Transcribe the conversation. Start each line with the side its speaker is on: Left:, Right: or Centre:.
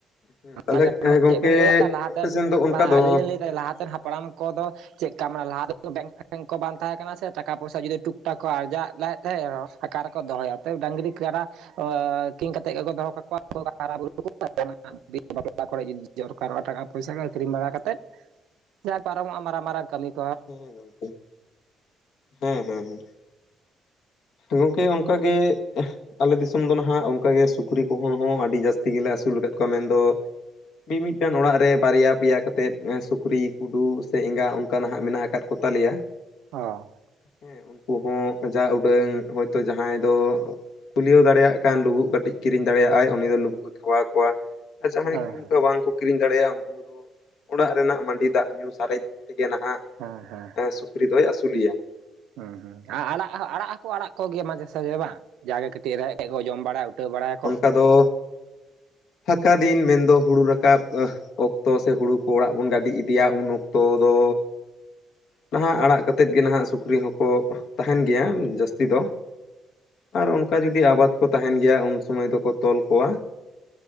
Left: ᱦᱚᱸ ᱛᱟᱦᱚᱞᱮ
Right: ᱚᱱᱟᱜᱮ ᱢᱟᱱᱮ
Left: ᱦᱮᱸ ᱜᱚᱝᱠᱮ
Right: ᱪᱮᱫ ᱵᱮᱱ ᱞᱟᱹᱭᱟ ᱞᱟᱦᱟᱛᱮ
Left: ᱟᱯᱮ ᱥᱮᱱ ᱫᱚ
Right: ᱵᱟᱝ
Left: ᱚᱱᱠᱟ ᱫᱚ
Right: ᱟᱹᱞᱤᱧ ᱞᱤᱧ ᱞᱟᱹᱭ ᱮᱫᱟ ᱞᱟᱦᱟᱛᱮᱱ ᱦᱟᱯᱲᱟᱢ ᱠᱚᱫᱚ ᱪᱮᱫ ᱞᱮᱠᱟ ᱢᱟᱱᱮ ᱞᱟᱦᱟ ᱛᱮᱫᱚ ᱵᱮᱝᱠ ᱯᱷᱮᱸᱠ ᱠᱚ ᱵᱟᱝ ᱛᱟᱦᱮᱸ ᱠᱟᱱᱟ ᱥᱮ ᱴᱟᱠᱟ ᱯᱚᱭᱥᱟ ᱡᱩᱫᱤ ᱴᱩᱠ ᱴᱟᱠ ᱠᱚ ᱟᱨᱡᱟᱜ ᱣᱮᱫ ᱜᱚᱝᱠᱮ ᱟᱠᱟ ᱨᱮᱠᱚ ᱫᱚᱦᱚᱭᱟ ᱰᱟᱝᱨᱤ ᱠᱟᱰᱟ ᱠᱤᱨᱤᱧ ᱠᱟᱛᱮᱫ ᱜᱮᱠᱚ ᱫᱚᱦᱚ ᱠᱟᱠᱚᱣᱟ <unintelligible> ᱫᱚᱨᱠᱟᱨᱚᱜᱼᱟ ᱴᱟᱠᱟ ᱯᱚᱭᱥᱟ ᱟᱹᱠᱷᱨᱤᱧ ᱵᱟᱲᱟ ᱠᱟᱛᱮᱫ ᱾ ᱡᱟ ᱯᱟᱨᱚᱢᱚᱜᱼᱟ ᱢᱟᱨᱟᱝ ᱢᱟᱨᱟᱝ ᱠᱟᱹᱢᱤ ᱾
Left: ᱦᱮᱸ ᱜᱚᱝᱠᱮ ᱦᱮᱸ ᱦᱮᱸ ᱦᱮᱸ ᱾ ᱜᱚᱝᱠᱮ ᱚᱱᱠᱟᱜᱮ <inaudible> ᱟᱞᱮ ᱫᱤᱥᱚᱢ ᱫᱚ ᱱᱟᱦᱟᱜ ᱚᱱᱠᱟᱜᱮ ᱥᱩᱠᱨᱤ ᱠᱚᱦᱚᱸ ᱦᱚᱸ ᱟᱹᱰᱤ ᱡᱟᱹᱥᱛᱤ ᱜᱮᱞᱮ ᱟᱹᱥᱩᱞ ᱟᱠᱟᱫ ᱠᱚᱣᱟ ᱢᱮᱱᱫᱚ, ᱢᱤᱼᱢᱤᱫᱴᱟᱝ ᱚᱲᱟᱜ ᱨᱮ ᱵᱟᱨᱭᱟ ᱯᱮᱭᱟ ᱠᱟᱛᱮᱫ ᱥᱩᱠᱨᱤ ᱠᱩᱰᱩ ᱥᱮ ᱮᱸᱜᱟ ᱚᱱᱠᱟᱱᱟᱜ ᱦᱟᱸᱜ ᱢᱮᱱᱟᱜ ᱟᱠᱟᱫ ᱠᱚᱛᱟᱞᱮᱭᱟ,
Right: ᱚ
Left: ᱦᱮᱸ ᱩᱱᱠᱩ ᱦᱚᱸ ᱡᱟ ᱩᱰᱟᱹᱝ ᱦᱚᱭᱛᱳ ᱡᱟᱦᱟᱸᱭ ᱫᱚ᱾ ᱠᱩᱞᱭᱟᱹᱣ ᱫᱟᱲᱮᱭᱟᱜ ᱠᱟᱱ ᱞᱩᱵᱩᱜ ᱠᱟᱹᱴᱤᱡ ᱠᱤᱨᱤᱧ ᱫᱟᱲᱮᱭᱟᱜᱼᱟᱭ ᱩᱱᱤ ᱫᱚ ᱞᱩᱵᱩᱜ ᱮ ᱠᱷᱟᱣᱟ ᱠᱚᱣᱟ ᱟᱨ ᱡᱟᱦᱟᱸᱭ
Right: ᱦᱮᱸ
Left: ᱠᱚ ᱩᱱᱠᱟ ᱵᱟᱝᱠᱚ ᱠᱤᱨᱤᱧ ᱫᱟᱲᱮᱭᱟᱜ ᱩᱱᱠᱩ ᱫᱚ ᱚᱲᱟᱜ ᱨᱮᱱᱟᱜ ᱢᱟᱺᱰᱤ ᱫᱟᱜ ᱧᱩ ᱥᱟᱨᱮᱡ ᱛᱮᱜᱮ ᱱᱟᱦᱟᱜ
Right: ᱦᱮᱸ ᱦᱮᱸ
Left: ᱥᱩᱠᱨᱤ ᱫᱚᱭ ᱟᱹᱥᱩᱞ ᱮᱭᱟ ᱾
Right: ᱦᱩᱸ ᱦᱩᱸ ᱟᱨ ᱟᱲᱟᱜ ᱟᱲᱟᱜ ᱦᱚᱸᱠᱚ ᱟᱲᱟᱜ ᱠᱚᱜᱮᱭᱟ ᱢᱟᱡᱷᱮ ᱥᱟᱡᱷᱮ ᱵᱟᱝ ᱡᱟᱜᱮ ᱫᱚ ᱠᱟᱹᱴᱤᱡ ᱾ ᱛᱮᱨᱟ ᱟᱠᱚ ᱡᱚᱢ ᱵᱟᱲᱟᱭᱟ ᱩᱴᱟᱹ ᱵᱟᱲᱟᱭᱟᱠᱚ᱾
Left: ᱟᱫᱚ ᱯᱷᱟᱸᱠᱟ ᱫᱤᱱ ᱢᱮᱱᱫᱚ ᱦᱩᱲᱩ ᱨᱟᱠᱟᱵ-ᱟ ᱚᱠᱛᱚ ᱥᱮ ᱦᱩᱲᱩ ᱠᱚ ᱚᱲᱟᱜ ᱵᱚᱱ ᱜᱟᱹᱰᱤ ᱤᱫᱤᱭᱟ ᱩᱱ ᱚᱠᱛᱚ ᱫᱚ, ᱱᱟᱦᱟᱜ ᱟᱲᱟᱜ ᱠᱟᱛᱮᱫ ᱜᱮ ᱱᱟᱦᱟᱜ ᱥᱩᱠᱨᱤ ᱦᱚᱸᱠᱚ ᱛᱟᱦᱮᱱ ᱜᱮᱭᱟ ᱡᱟᱹᱥᱛᱤ ᱫᱚ᱾
Right: <unintelligible>
Left: ᱟᱨ ᱚᱱᱠᱟ ᱡᱩᱫᱤ ᱟᱵᱟᱫ ᱠᱚ ᱛᱟᱦᱮᱱ ᱜᱮᱭᱟ ᱩᱱ ᱥᱚᱢᱚᱭ ᱫᱚᱠᱚ ᱛᱚᱞ ᱠᱚᱣᱟ᱾